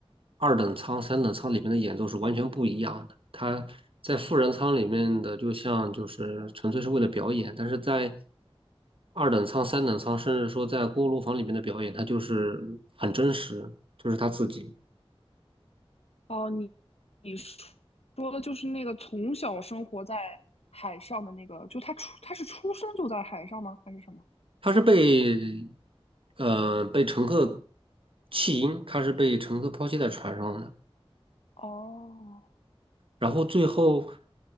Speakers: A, on the right; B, on the left.
A: 二等舱、三等舱里面的演奏是完全不一样的。他在富人舱里面的就像就是纯粹是为了表演，但是在二等舱、三等舱，甚至说在锅炉房里面的表演，他就是很真实，就是他自己。
B: 哦，你你说说的就是那个从小生活在海上的那个，就他出他是出生就在海上吗？还是什么？
A: 他是被呃被乘客弃婴，他是被乘客抛弃在船上的，
B: 哦，
A: 然后最后